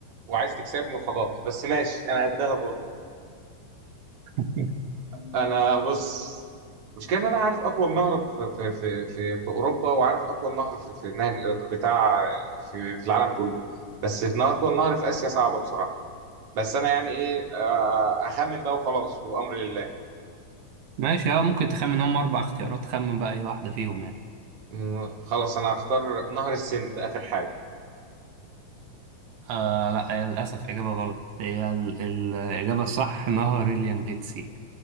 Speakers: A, on the right; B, on the right.
A: وعايز تكسبني وخلاص بس ماشي انا قدها برضه
B: <laughs>
A: انا بص مشكلة ان انا عارف اطول نهر في في في في, في اوروبا وعارف اطول نهر في في نهر بتاع في في العالم كله بس في نهر اطول نهر في اسيا صعبة بصراحة بس انا يعني ايه آه، اخمن بقى وخلاص وامر لله
B: ماشي اه ممكن تخمن هم اربع اختيارات خمن بقى اي واحدة فيهم يعني
A: مم، خلاص انا هختار نهر السند اخر حاجة
B: آه لا هي للاسف اجابة غلط هي ال... ال- الاجابة الصح نهر اليانغيتسي